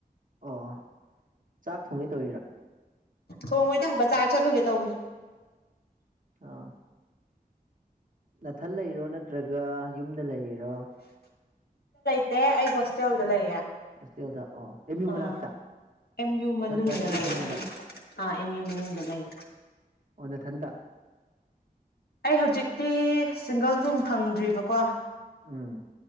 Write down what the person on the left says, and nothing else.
ꯊꯣꯡꯉꯣꯏꯗ ꯕꯖꯥꯔ ꯆꯠꯂꯨꯒꯦ ꯇꯧꯕꯅꯦ
ꯇꯦ ꯑꯩ ꯍꯣꯁꯇꯦꯜꯗ ꯂꯩꯌꯦ
ꯑꯥ
ꯑꯦꯝ ꯌꯨ ꯃꯅꯨꯡꯗ
ꯂꯩꯌꯦ
<inaudible> ꯑꯥ ꯑꯦꯝ ꯌꯨ ꯃꯅꯨꯡꯗ ꯂꯩ
ꯑꯩ ꯍꯧꯖꯤꯛꯇꯤ ꯁꯤꯡꯒꯜ ꯔꯨꯝ ꯐꯪꯗ꯭ꯔꯤꯕꯀꯣ